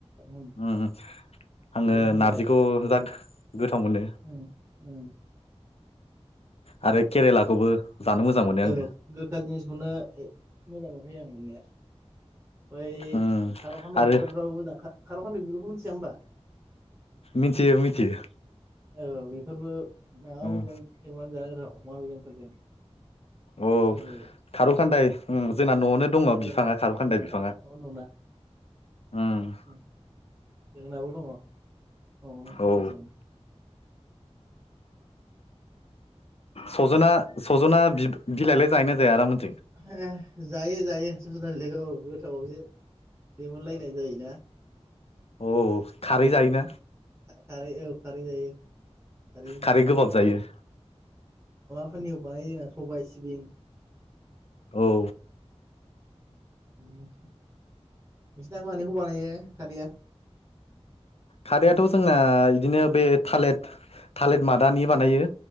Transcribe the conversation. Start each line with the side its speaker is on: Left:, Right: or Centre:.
Right: उम
Left: उ उ आङो
Right: उदैनि थाखाय
Left: नारजिखौ
Right: मोजां
Left: जा
Right: जायो
Left: गोथाव मोनो
Right: उम उम
Left: आरो केरेलाखौबो जानो मोजां मोनो आङो
Right: औ गोखा जिनिसखौनो मोजां मोनखायो आं मोननाया ओइ
Left: उम
Right: खार'खाना
Left: आरो
Right: बिबारफ्राबो मोजां खार'खान बिब मोनथिया होमबा
Left: मिथियो मिथियो
Right: औ बेफोरबो माबा
Left: उम
Right: जायो <unintelligible> जानो‌ गोथाव अमा बेदरफोरजों
Left: औ
Right: जायो
Left: खारौ खान्दाय जोंना न'आवनो दङ
Right: बिबारा
Left: बिफाङा खारौखान्दाय
Right: ओ
Left: बिफाङा
Right: न'
Left: उम
Right: जोंनाबो दङ न आवनो‌
Left: औ
Right: आसोल
Left: सजना सजना बिलाइलाय जाहैनो जाया आरो
Right: हे जायो जायो सजना बिलाइखौ औ गोथावावसो लिमोनलायनाय जायोना
Left: औ खारै जायोना
Right: खारै औ खारै जायो खारैजों
Left: खारै
Right: सङो
Left: गोबाब जायो
Right: फानिखौ बानाय जोंना सबाय सिबिं
Left: औ
Right: नोंसिना मानिखौ बानायो खारैया
Left: खारैायाथ' जोंना बिदिनो बे थालिर थालिर मादानि बानायो